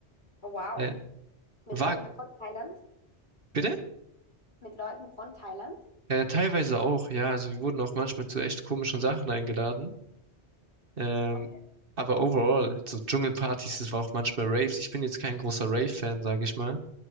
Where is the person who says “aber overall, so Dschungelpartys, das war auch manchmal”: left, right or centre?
Right